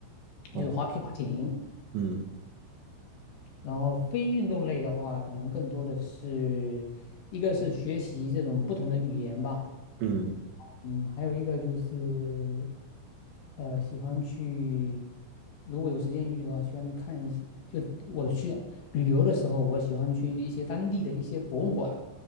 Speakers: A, on the right (about 70°); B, on the left (about 65°).
A: 好，
B: 就是划皮划艇。
A: 嗯
B: 然后非运动类的话，可能更多的是一个是学习这种不同的语言吧，
A: 嗯，
B: 嗯，还有一个就是呃喜欢去，如果有时间允许的话，喜欢去看一些，就我去旅游的时候，我喜欢去一些当地的一些博物馆，